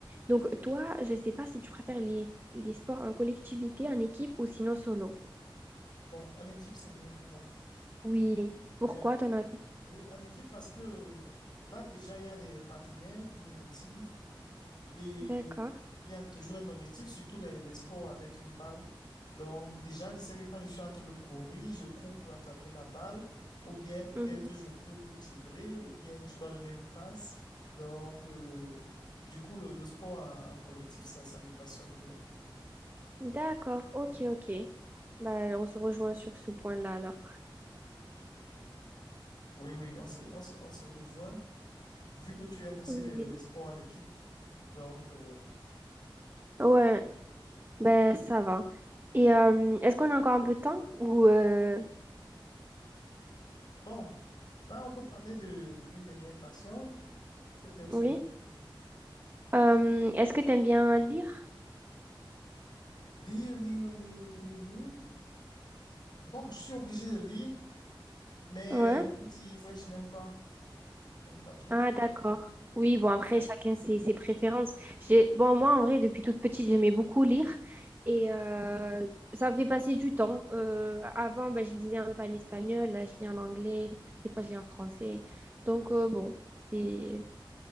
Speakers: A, on the right; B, on the left.
A: Donc, toi, je ne sais pas si tu préfères les, les sports en collectivité, en équipe ou sinon solo.
B: Bon, en équipe, c'est mieux pour moi.
A: Oui. Pourquoi
B: Oui, en,
A: ton avis?
B: oui, en équipe, parce que là, déjà, il y a des partenaires qui me motivent. Et
A: D'accord.
B: il y a toujours un objectif, surtout les, les sports avec une balle. Donc, déjà, je sais que quand je suis en train de courir, je cours pour attraper la balle, ou bien peut-être
A: Mhm.
B: je cours pour dribbler, ou bien je dois donner une passe. Donc, euh, du coup, le, le sport en, en collectif, ça, ça me passionne bien.
A: D'accord. Ok,
B: Oui,
A: ok. Bah, on se rejoint sur ce point-là alors.
B: oui, oui, on se, on se, on se rejoint, vu que tu aimes aussi
A: Oui.
B: les, les sports en équipe. Donc, euh,
A: Ouais, ben ça va. Et euh, est-ce qu'on a encore un peu de temps? Ou euh,
B: bon, là, on peut parler de, d'une dernière passion, peut-être
A: oui?
B: euh,
A: Euh, est-ce que t'aimes bien lire?
B: lire, lire, lire, lire, lire. Bon, je suis obligé de lire, mais
A: Ouais.
B: pour dire vrai, je n'aime pas. Je n'aime pas trop.
A: Ah, d'accord.
B: Oui,
A: Oui, bon, après, chacun ses, ses préférences. J'ai... Bon, moi, en vrai, depuis toute petite, j'aimais beaucoup lire et euh, ça me fait passer du temps. Euh, avant, ben, je lisais un peu en espagnol, là, je lis en anglais, des fois, je lis en français. Donc, euh, bon, c'est...